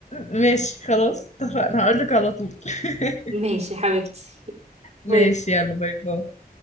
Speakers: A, on the left; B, on the right.
A: ماشي خلاص اتفقنا هقولك على طول <laughs>
B: ماشي يا حبيبتي
A: ماشي
B: باي باي.
A: يلا باي باي